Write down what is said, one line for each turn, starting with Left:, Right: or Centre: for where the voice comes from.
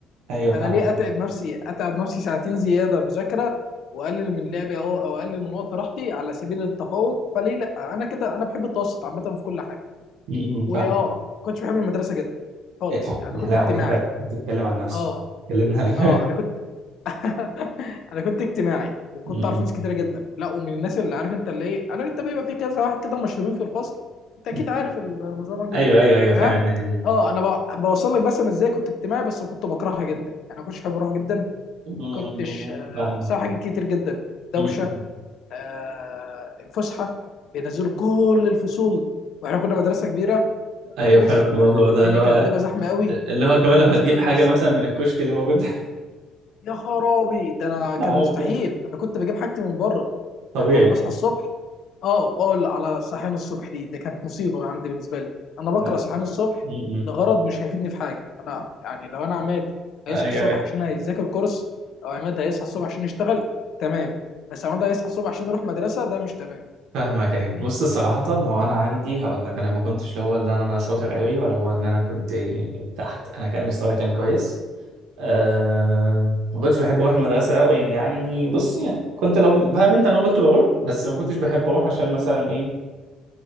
Right: ايوه فاهم
Left: انا ليه اتعب نفسي اتعب نفسي ساعتين زياده مذاكره واقلل من لعبي او او اقلل من وقت راحتي على سبيل التفوق فليه لا انا كده انا بحب التوسط عامه في كل حاجه
Right: م- م-
Left: واه
Right: فاهم
Left: ما كنتش بحب المدرسه جدا خالص
Right: يا أخ-
Left: يعني
Right: يا
Left: كنت
Right: لهوي
Left: اجتماعي
Right: انت بتتكلم عن نفسك
Left: اه
Right: كلمنا <laughs> ايوه
Left: اه انا كنت <laughs> انا كنت اجتماعي وكنت
Right: م-
Left: اعرف ناس كتيره جدا لا ومن الناس اللي عارف انت اللي ايه عارف انت بيبقى في كذا واحد كده مشهورين في الفصل انت اكيد
Right: م-
Left: عارف
Right: م-
Left: النظام عندنا
Right: ايوه ايوه ايوه فاهم
Left: ها
Right: الدنيا دي
Left: اه انا بو- بوصل لك بس انا ازاي كنت اجتماعي بس كنت بكرهها جدا انا كنتش حابب اروح جدا
Right: م-م.
Left: ما كنتش آه،
Right: فاهم
Left: بسبب حاجات كتير جدا الدوشه
Right: م-م.
Left: آه، الفسحه بينزلوا كل الفصول واحنا كنا مدرسه كبيره
Right: ايوه
Left: وحوش
Right: فاهم الموضوع
Left: فالدنيا
Right: ده اللي هو
Left: كانت بتبقى زحمه قوي
Right: اللي هو كمان
Left: انا ما
Right: لو
Left: كنتش
Right: هتجيب
Left: اطيق
Right: حاجة
Left: نفسي
Right: مثلا من الكشك اللي موجود
Left: يا خرابي ده
Right: <laughs>
Left: انا كان
Right: عارف
Left: مستحيل
Right: كده
Left: انا كنت بجيب حاجتي من بره
Right: طبيعي
Left: يعني انا بصحى الصبح اه وأقول على صحيان الصبح دي ده كانت مصيبه عندي بالنسبه لي انا بكره
Right: لا
Left: صحيان الصبح
Right: م- م.
Left: لغرض مش هيفيدني في حاجه انا يعني لو انا عماد هيصحى
Right: ايوه
Left: الصبح
Right: أيوه.
Left: عشان هيذاكر كورس او عماد هيصحى الصبح عشان يشتغل تمام بس عماد هيصحى الصبح عشان يروح مدرسه ده مش تمام
Right: فاهمك ايوه
Left: فاهمني
Right: بص صراحة هو انا عندي هقول لك انا ما كنتش لا هو اللي انا أنا شاطر قوي ولا هو اللي انا كنت تحت انا كان مستواي كان كويس أه ما كنتش بحب اروح المدرسة قوي يعني بص يعني كنت لو فاهم انت انا كنت بروح بس ما كنتش بحب اروح عشان مثلا ايه